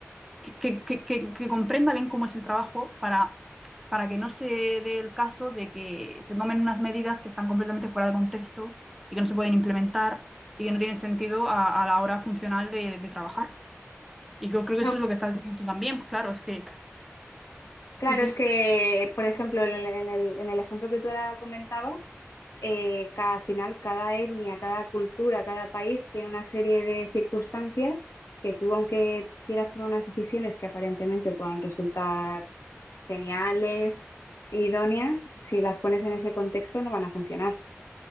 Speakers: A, in the centre; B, on the left.
A: que, que- que- que- comprenda bien cómo es el trabajo para, para que no se dé el caso de que se tomen unas medidas que están completamente fuera de contexto y que no se pueden implementar y que no tienen sentido a, a la hora funcional de, de trabajar. Y creo, creo que
B: No,
A: eso es lo que estás diciendo tú también, claro, es que
B: Claro,
A: sí, sí,
B: es que, por ejemplo, en el, en el- en el ejemplo que tú ahora comentabas, eh, ca- al final cada etnia, cada cultura, cada país tiene una serie de circunstancias que tú, aunque quieras tomar unas decisiones que aparentemente puedan resultar geniales, idóneas, si las pones en ese contexto no van a funcionar.